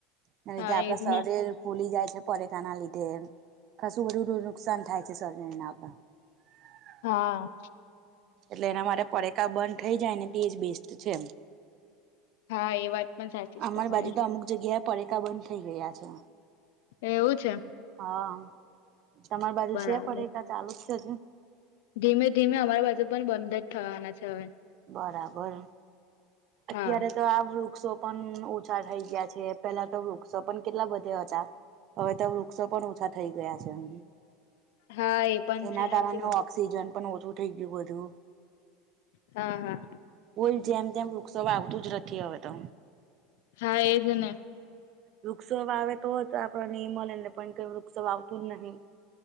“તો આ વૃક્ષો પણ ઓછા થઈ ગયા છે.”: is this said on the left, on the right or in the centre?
Right